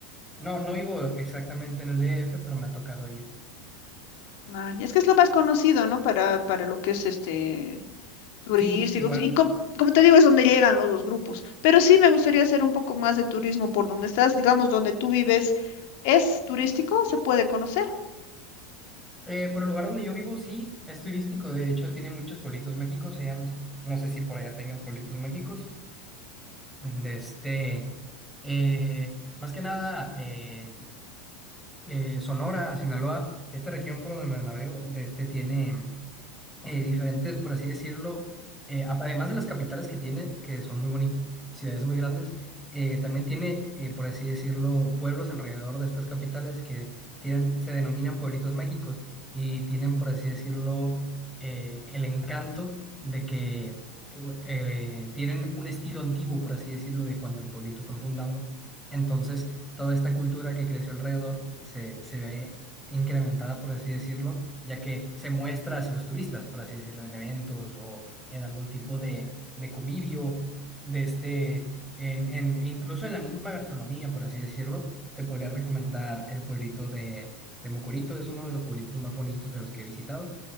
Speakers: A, in the centre; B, on the left.
A: No, no vivo exactamente en el DF, pero me ha tocado ir.
B: Ay, es que es lo más conocido, ¿no? Para, para lo que es este turístico.
A: Sí, igual,
B: Y com- como te digo, es donde llegan los dos grupos. Pero sí me gustaría hacer un poco más de turismo por donde estás, digamos, donde tú vives, ¿es turístico? ¿Se puede conocer?
A: eh, por el lugar donde yo vivo, sí, es turístico. De hecho, tiene muchos pueblitos México, se llama así. No sé si por allá tengan pueblitos Méxicos. Desde, eh, más que nada, eh, eh, Sonora, Sinaloa, esta región por donde me la navego, de este tiene eh, diferentes, por así decirlo, eh, a- además de las capitales que tiene, que son muy bonitas, ciudades muy grandes, eh, también tiene, eh, por así decirlo, pueblos alrededor de estas capitales que tienen, se denominan pueblitos mágicos y tienen, por así decirlo, eh, el encanto de que eh, eh, tienen un estilo antiguo, por así decirlo, de cuando el pueblito fue fundado. Entonces, toda esta cultura que creció alrededor se, se ve incrementada, por así decirlo ya que se muestra hacia los turistas, por así decirlo, en eventos o en algún tipo de, de convivio, de este, en, en, incluso en la misma gastronomía, por así decirlo, te podría recomendar el pueblito de, de Mocorito, es uno de los pueblitos más bonitos de los que he visitado,